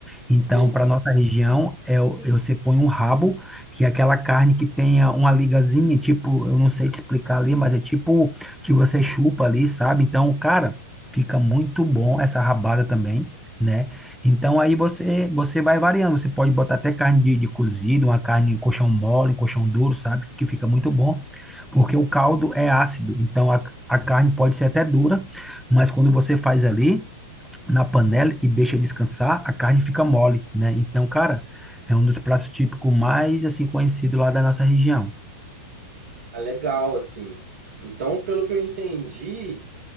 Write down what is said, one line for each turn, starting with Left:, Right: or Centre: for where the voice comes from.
Centre: Então,
Right: Sim,
Centre: para nossa região, é, o- eu você põe um rabo, que é aquela carne que tenha uma ligazinha, tipo, eu não sei te explicar ali, mas é tipo que você chupa ali, sabe? Então, cara, fica muito bom essa rabada também, né? Então, aí você você vai variando, você pode botar até carne de, de cozido, uma carne em colchão mole, em colchão duro, sabe? Que fica muito bom, porque o caldo é ácido, então a, a carne pode ser até dura, mas quando você faz ali na panela e deixa descansar, a carne fica mole, né? Então, cara, é um dos pratos típicos mais, assim, conhecido lá da nossa região.
Right: é legal, assim. Então, pelo que eu entendi,